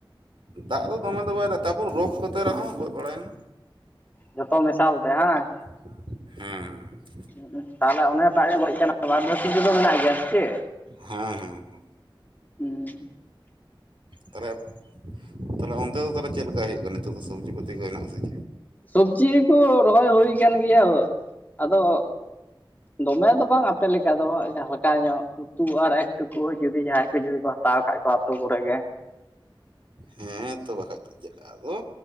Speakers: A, on the right (about 75°); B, on the left (about 20°).
A: ᱫᱟᱜ ᱫᱚ ᱫᱚᱢᱮ ᱫᱚ ᱵᱟᱭ ᱫᱟ ᱛᱟᱯᱚᱨ ᱨᱳᱜᱽ ᱠᱚᱛᱮ ᱨᱮᱦᱚᱸ ᱜᱚᱡ ᱵᱟᱲᱟᱭᱱᱟ᱾
B: ᱡᱚᱛᱚ ᱢᱮᱥᱟᱞ ᱛᱮ ᱦᱟᱝ᱾
A: ᱦᱚᱸ᱾
B: ᱦᱩᱸᱜ ᱩᱸ ᱛᱟᱦᱚᱞᱮ ᱚᱱᱮ ᱴᱟᱜ ᱮ ᱜᱚᱡ ᱠᱟᱱᱟ ᱵᱟᱫ ᱵᱟᱠᱤ ᱠᱚᱫᱚ ᱢᱮᱱᱟᱜ ᱜᱮᱭᱟ ᱥᱮ ᱪᱮᱜ?
A: ᱦᱮᱸ ᱦᱮᱸ ᱦᱮᱸ᱾
B: ᱦᱩᱸ᱾
A: ᱛᱟᱦᱚᱸᱞᱮ ᱛᱟᱦᱚᱸᱞᱮ ᱚᱱᱛᱮ ᱫᱚ ᱛᱟᱦᱚᱸᱞᱮ ᱪᱮᱫ ᱞᱮᱠᱟ ᱦᱩᱭᱩᱜ ᱠᱟᱱᱟ ᱱᱤᱛᱳᱜ ᱫᱚ ᱥᱚᱵᱽᱡᱤ ᱯᱟᱹᱛᱤ ᱠᱚ ᱦᱮᱱᱟᱜ ᱟᱥ ᱪᱮᱫ?
B: ᱥᱚᱵᱽᱡᱤ ᱠᱚ ᱨᱚᱦᱚᱭ ᱦᱩᱭ ᱟᱠᱟᱱ ᱜᱮᱭᱟ ᱟᱫᱚ ᱫᱚᱢᱮ ᱫᱚ ᱵᱟᱝ ᱟᱯᱮ ᱞᱮᱠᱟ ᱫᱚ, ᱦᱟᱞᱠᱟ ᱧᱚᱜ᱾ ᱟᱹᱛᱩ ᱟᱨ ᱮᱠ ᱴᱩᱠᱩ ᱡᱩᱫᱤ ᱡᱟᱦᱟᱸᱭ ᱠᱚ ᱡᱩᱫᱤ ᱠᱚ ᱦᱟᱛᱟᱣ ᱠᱷᱟᱡ ᱠᱚ ᱟᱛᱳ ᱠᱚᱨᱮ ᱜᱮ᱾
A: ᱦᱮᱸ ᱛᱚ ᱵᱟᱠᱷᱟᱡ ᱫᱚ ᱪᱮᱫ᱾ ᱟᱫᱚ